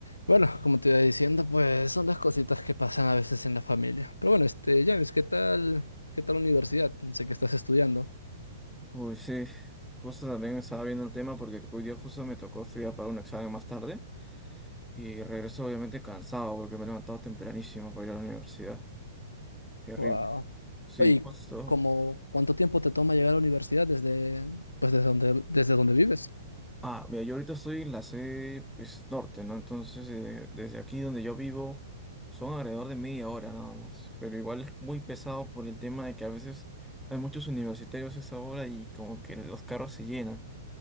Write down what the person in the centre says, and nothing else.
Uy, sí, justo también estaba viendo el tema porque hoy día justo me tocó estudiar para un examen más tarde y regreso obviamente cansado porque me he levantado tempranísimo para ir a la universidad. Terrible.
Sí,
justo.
Ah, mira, yo ahorita estoy en la sede pues, norte, ¿no? Entonces, eh, desde aquí donde yo vivo son alrededor de media hora nada más, pero igual es muy pesado por el tema de que a veces hay muchos universitarios a esa hora y como que los carros se llenan.